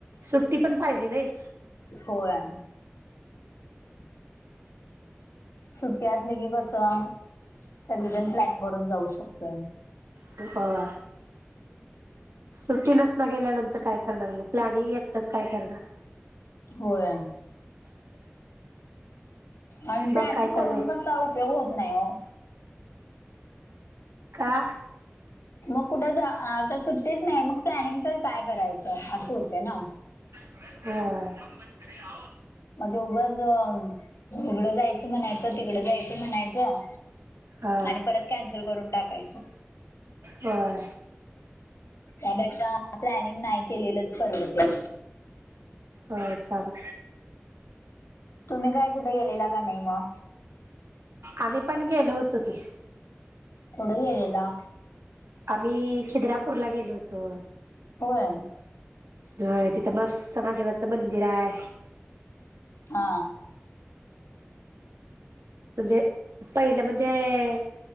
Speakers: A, on the right; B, on the left.
A: सुट्टी पण पाहिजे नाही.
B: होय सुध त्यास लागी <unintelligible> सगीजन प्लॅनिंग करून जाऊ शकतो.
A: त होवा सुट्टी नस न गेल्यानंतर काय करणार मग प्लॅनिंग एकटंच काय करणार.
B: होय आणि
A: मग
B: प्लॅनिंग
A: काय चाललंय
B: करून पण काय? पेऊ होत नाही. हो
A: का?
B: मग कुठ जा आता सुट्टीच नाही. मग प्लॅनिंग तर काय करायचं असं होतंय ना.
A: हो.
B: मग ते उगच अ हिकडं जायचं म्हणायचं-तिकडं जायचं म्हणायचं.
A: हा
B: आणि परत कॅन्सल करून टाकायचं.
A: होय.
B: त्यापेक्षा प्लॅनिंग नाही केलेलंच परवडते.
A: होय. छान
B: तुम्ही काय कुठे गेलेला का नाही मगं.
A: आम्ही पण गेलो होतो की.
B: कुठं गेलेला?
A: आम्ही खिद्रापूरला गेलो होतो.
B: होय.
A: होय, तिथं मस्त महादेवाचं मंदिर आहे.
B: हा.
A: म्हणजे, पहिलं म्हणजे